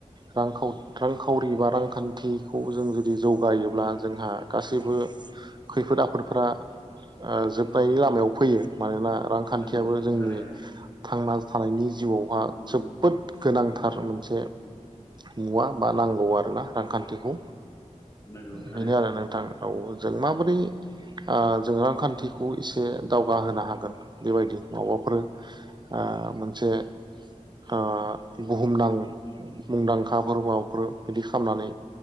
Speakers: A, on the right; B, on the left.
A: रां रांखावरि रांखावरि एबा रांखान्थिखौ जों जुदि जौगायोब्ला जोंहा गासैबो खैफोद आफोदफोरा ओ जोब नायनि लामायाव फैयो। मानोना रांखान्थियाबो
B: नंगौ
A: जोंनि
B: थारैनो
A: थांना थानायनि जिउआवहा
B: आंनि
A: जोबोद
B: मिथिसेयाव
A: गोनां थार मोनसे। नुवा बा नांगौ आरो ना रांखान्थि बेखौ
B: नंगौ थारैनो
A: बेनो आरो नोंथां। औ जों माबोरै ओ जों रांखान्थि खौ एसे दावगाहोनो हागोन। बेबायदि माफोर आ मोनसे ओ बुहुमदां मुंदांखाफोर माबाफोर बिदि खालामनानै